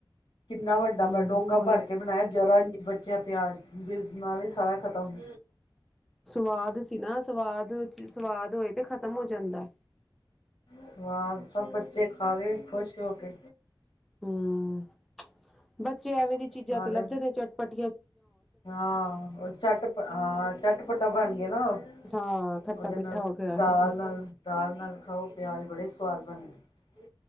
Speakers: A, on the left; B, in the centre.
A: ਕਿੰਨਾ ਵੱਡਾ
B: ਹਮ
A: ਮੈਂ ਡੋਂਗਾ
B: ਕੋਈ
A: ਭਰ ਕੇ ਬਣਾਯੈ। ਜਰਾ ਜੀ ਬੱਚਿਆ ਪਿਆਜ਼ ਬਿੱਲ ਨਾਲੇ ਸਾਰਾ ਖਤਮ।
B: ਸਵਾਦ ਸੀ ਨਾ, ਸਵਾਦ ਸਵਾਦ ਹੋਏ ਤੇ ਖਤਮ ਹੋ ਜਾਂਦਾਏ
A: ਸਵਾਦ ਸਭ ਬੱਚੇ ਖਾ ਗੇ ਖੁਸ਼ ਹੋ ਕੇ
B: ਹਮ ਬੱਚੇ ਐਵੇਂ ਦੀ
A: ਸਾਰੇ
B: ਚੀਜ਼ਾਂ ਤੇ ਲੱਭਦੇ ਨੇ ਚਟਪਟ।
A: ਹਾਂ, ਔ ਚੱਟ ਹਾਂ ਚੱਟਪੱਟਾ ਬਣ ਗੇਨਾ ਓਹ,
B: ਹਾਂ ਖੱਟਾ
A: ਓਦੇ
B: ਮਿੱਠਾ
A: ਨਾਲ
B: ਹੋ ਗਿਆ
A: ਦਾਲ
B: ਖੱਟਾ
A: ਨਾਲ ਦਾਲ ਨਾਲ ਖਾਓ ਪਿਆਜ਼ ਬੜੇ ਸਵਾਦ ਬਣਦੇ।